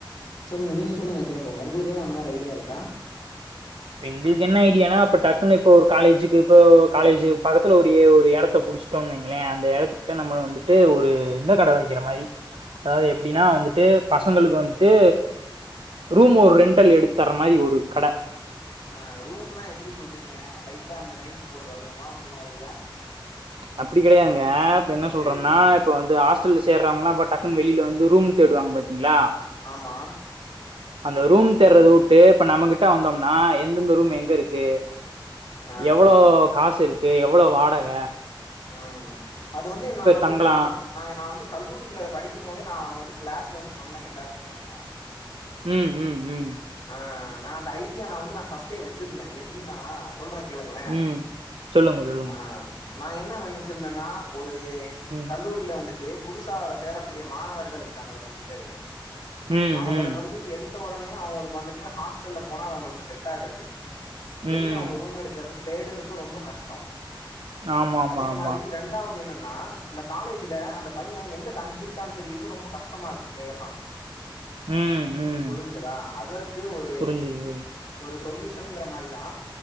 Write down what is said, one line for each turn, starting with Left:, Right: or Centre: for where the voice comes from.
Left: சொல்லுங்க நீங்க சொல்லுங்க கேப்போ உங்களுக்கு ஏதா அந்த மாரி ஐடியா இருக்கா
Right: எங்களுக்கு என்ன ஐடியான்னா அப்ப டக்குன்னு இப்ப ஒரு காலேஜுக்கு இப்போ காலேஜ் பக்கத்துல ஒரு ஒரு இடத்த புடி ச்சடோன் வைங்ளே அந்த இடத்துக்கிட்ட நம்ம வந்துட்டு ஒரு இந்த கட வைக்கிற மாரி அதாவது எப்டினா வந்துட்டு பசங்களுக்கு வந்துட்டு ரூம் ஒரு ரெண்டல் எடுத்துத்தர மாரி ஒரு கட
Left: ஆ ரூம்னா எப்டி சொல்றீங்க லைட்டா அந்த நைட் போடுற ரூமா அந்த மாரியா
Right: அப்டி கெடையாதுங்க இப்ப என்ன சொல்றோம்னா
Left: சேரி
Right: இப்ப வந்து ஆஸ்டல்ல சேர்றவங்ளா பட் டக்குனு வெளில வந்து ரூம் தேடுவாங்க பாத்தீங்ளா
Left: ஆமா
Right: அந்த ரூம் தேர்றது உட்டு இப்ப நம்மகிட்ட வந்தோம்னா எந்தெந்த ரூம் எங்க இருக்கு
Left: ஆ
Right: எவ்ளோ காசு இருக்கு எவ்ளோ வாடக
Left: ம் அது வந்து நா வந்துட்டு
Right: தங்கலாம்
Left: நா நா நா வந்து கல்லூரில படிக்கும் போதே நா வந்து கிளாஸ்ல வந்து சொன்னேங்க எல்லாரு முன்னாடியு
Right: ம் ம் ம்
Left: ஆ நா அந்த ஐடியா நா வந்து நா ஃபர்ஸ்ட்டே வச்சிருந்த எப்டினா சொல்ற கேளுங்ளே
Right: ம் சொல்லுங்க சொல்லுங்க
Left: ஆ நா என்ன வேல நெனச்சிருந்தனா ஒரு
Right: ம்
Left: கல்லூரில வந்துட் டு புதுசா வர சேரக்கூடிய மாணவர்கள் இருக்காங்கள கொஞ்ச பேரு
Right: ம்
Left: அவுங்களுக்கு
Right: ம்
Left: வந்து எடுத் த உடனே அவுங்களுக்கு வந்துட்டு ஹாஸ்டல்ல போனா அவங்களுக்கு செட் ஆகாது வெளிய
Right: ம்
Left: அவங்க ரூம் எடுக்குறது தேடுறது ரொம்ப கஷ்டோ
Right: ஆமா ஆமா
Left: அதே
Right: ஆமா
Left: மாரி ரெண் ரெண்டாவது என்னென்னா அந்த காலேஜ்ல அந்த பையன் எங்க தங்கியிருக்கான் தெரிறது ரொம்ப கஷ்டமா இருக்கு இப்பையெல்லா
Right: ம் ம்
Left: புரிஞ்சதா அதற்கு ஒரு
Right: புரிஞ்சுது புரிஞ்சு
Left: ஒரு சொல்யூஷன்ங்கிற மாரி தா